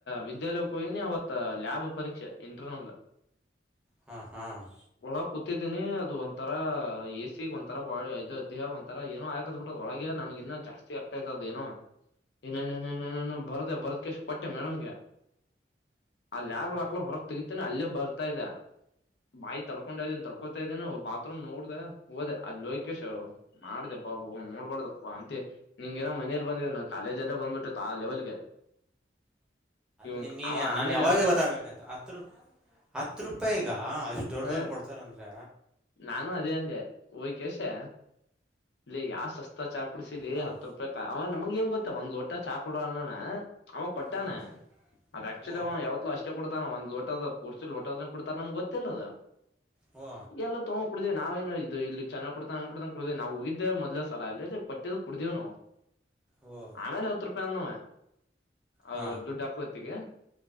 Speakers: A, on the left (about 70°); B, in the centre.
A: ವಿದ್ಯಾಲ ಕೊಯನಿ ಅವತ್ತ ಲ್ಯಾಬ್ ಪರೀಕ್ಷೆ ಇಂಟರ್ನಲ್.
B: ಹ್ಮ್ ಹ್ಮ್.
A: ಒಳಗ್ ಕೂತಿದ್ದೀನಿ ಅದು ಒಂತರಾ ಎಸಿಗ್ ಒಂತರ ಬಾ ಇದು ದೇಹ ಒಂತರ ಏನೋ ಆಯಕದ್ ಬಿಟ್ಟ ಒಳಗೆ ನ ಇನ್ನ ಜಾಸ್ತಿ ಆಗ್ತೈತ್ ಏನೋ ಏನೇ ಹ್ಮ ಬರಡಾ ಬರದ್ಕಷ್ಟ ಕೊಟ್ಟೆ ಮೇಡಮ್ಗೆ. ಅಲ್ ಲ್ಯಾಬ್
B: ಹಾಂ
A: ಹಾಕ್ಲ ಹೊರಕ್ ತೆಗತೇನ ಅಲ್ಲೇ ಬರ್ತಾ ಇದೆ. ಬಾಯಿ ತಡ್ಕೊಂಡ ಇದ್ದೀನಿ ತಡ್ಕೊತ ಇದ್ದೇನ ಬಾತ್ರೂಮ್ ನೋಡ್ದ ಹೋಗೋದೆ ಅ ಲೋಕೇಶ್ ಮಾಡ್ದಪ್ಪಾ ನೋಡ್ಬಾರ್ದು ವಾಂತಿ ನಿಂಗೆ. ಮನೇಲಿ ಬಂದಿದ್ದ್ ನಾ ಕಾಲೇಜ ಅಲ್ಲೇ ಬಂದ್ಬಿಟ್ಟಿತ್ತು ಆ ಲೆವೆಲ್ಗೆ. ಇವ
B: ದ್ ನೀನ್
A: ಅವ ಆಮೇಲೆ
B: ನಾನ್ ಯಾವಾಗೇ ಗೊತ್ತಾಗಬೇಕಾಯ್ತು ಹತ್ರರು. ಹತ್ ರೂಪಾಯಿ ಈಗ ಅಷ್ಟ್ ದೊಡ್
A: ಹ
B: ದವಲ್ ಕೊಡ್ತಾರಂದ್ರ.
A: ನಾನು ಅದೇ ಅಂದೆ ಹೊಯ್ ಕೆಸೆ. ಲೇಯ್ ಯಾವ ಸಸ್ತ ಚಾ ಕುಡಸಿಲೇ
B: ಹಾಂ
A: ಹತ್ತು ರೂಪಾಯಿಗ ಅವ ನಮ್ಗ್ ಏನ್ ಗೊತ್ತಾ ಒಂದ್ ಲೋಟ ಚಾಕ ಕೊಡ ಅನ್ನೋಣ. ಅವ ಕೊಟ್ಟಾನೆ
B: ಹಾಂ
A: ಅದ ಆಕ್ಚುಲಿ
B: ಹ್ಞೂ
A: ಅವ ಯಾವತ್ಲೂ ಅಷ್ಟೇ ಕೊಡ್ತ ಕೊಡ್ತಾನವ ಒಂದ್ ಲೋಟದ ಪೂರ್ತಿ ಲೋಟದ ಕೊಡ್ತಾರ ನಮ್ಗೆ ಗೊತ್ತಿಲ್ಲದ.
B: ಹೋ.
A: ಎಲ್ಲ ತೊಗೊಂಡ ಕೂಡಿದೆವಿ ನಾವ ಏನು ಇಲ್ಲಿ ಚೆನ್ನಾಗ್ ಕೊಡ್ತಡ ಕುಡವಿ ನಾವು ಹೋಗಿದ್ದೇ ಮೊದಲ ಸಲಾ ಇ ಕೊಟ್ಟ ಕುಡಿದೆವಿ ನಾವು
B: ಹ್ಞೂ
A: ಆಮೇಲೆ ಹತ್ತು ರೂಪಾಯಿ ಅಂದವ ಅ
B: ಹಾ
A: ದುಡ್ಡು ಹಾಕ ಹೊತ್ತಿಗೆ.